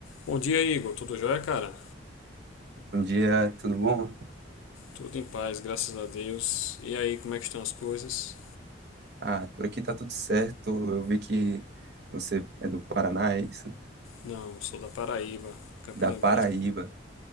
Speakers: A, on the left; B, on the right.
A: Bom dia, Igor. Tudo jóia, cara?
B: Bom dia, tudo bom?
A: Tudo em paz, graças a Deus. E aí, como é que estão as coisas?
B: Ah, por aqui tá tudo certo. Eu vi que você é do Paraná, é isso?
A: Não, sou da Paraíba, Campina
B: Da Paraíba.
A: Grande,